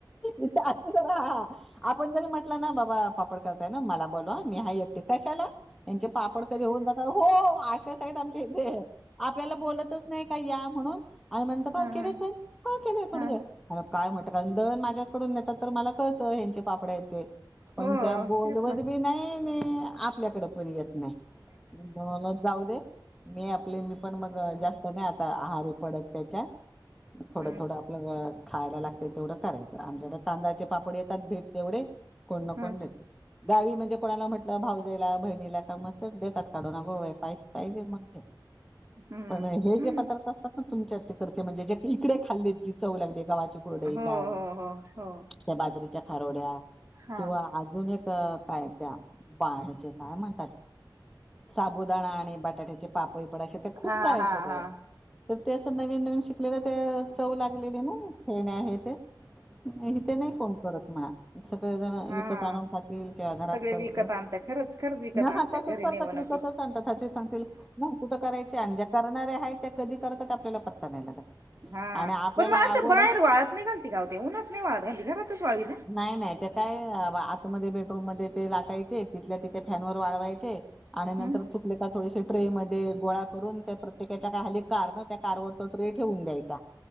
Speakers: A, in the centre; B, on the right.
A: ईथे असती हा हा आपण जरी म्हट- - म्हटलं ना बाबा पापड करताय ना मला बोलवा मी हा एकटी कशाला. यांचे पापड कधी होऊन जातात हो आस आहेत आमच्या इथे आपल्याला बोलतच नाही का या म्हणून आणि म्हणत
B: ह
A: का केलेत पण <inaudible> काय
B: ह
A: म्हणत दळण माझ्याकडून नेतात तर मला कळतं ह्यांचे पापड्या आहेते पण
B: हो
A: त्या बोलवत
B: तेच ना
A: बी नाही नी आपल्याकडे पण येत नाही. <unintelligible> जाऊ दे मी आपले मी पण मग जास्त नाही आता आहारी पडत त्याच्या थोडं
B: हम्म
A: थोडं आपलं खायला लागत तेवढं करायचं आमच्याकडे तांदळाचे पापड येतात भेट तेवढे कोण न
B: हम्म
A: कोण देत गावी म्हणजे कोणाला म्हटलं भाऊजईला बहिणीला का मग चट देतात काढू अग बाय काहीच पाहिजे पाहिजे मग घे
B: <unintelligible> हम्म
A: पण हे
B: हम्म
A: जे पदार्थ असतात ना तुमच्या तकडचे म्हणजे जे इकडे खाल्लेत जे चव लागते गव्हाची ची कुरडई
B: हो
A: काय
B: हो हो हो
A: त्या बाजरीच्या खारोड्या
B: हा
A: किंवा अजून एक काय त्या बाहे्याचे काय म्हण साबुदाणा आणि बटाट्याचे पापड बिबड ते खूप
B: हा
A: करायच
B: हा
A: तेव्हा
B: हा
A: तर ते असं नवीन नवीन शिकलेलं ते चव लागलेली ना हे ना हे ते इथ नाही कोण करत म्हणा इथं बेदाणे
B: हा
A: विकत आणून खातिल किंवा घरात
B: सगळे
A: करतील
B: विकत आणता खरंच खरंच विकत
A: ह
B: आणता
A: हा तसच
B: घरी
A: करतात
B: नाही बनवती
A: विकतच आणतात ह ते सांगतील. ना कुठं करायचे आणि ज्या करणारऱ्या आहेत त्या कधी करतात आपल्याला पत्ता नाही लागत
B: हा
A: आणि आपल्याला
B: पण मग असं
A: आवड
B: बाहेर
A: आहे
B: वाळत नाही घालते का वो ते उन्हात नाही वाळत घालती घरातच वाळवी ता ना.
A: नाही नाही ते काय आतमध्ये बेडरूम मध्ये ते लाटायचे तिथल्या तिथे फॅन वर वाळवायचे आणि नंतर
B: हम्म
A: च आपल्या का थोडेसे ट्रे मध्ये गोळा करून त्या प्रत्येकाच्या काय खाली कार ना त्या कार वर तो ट्रे ठेवून द्यायच.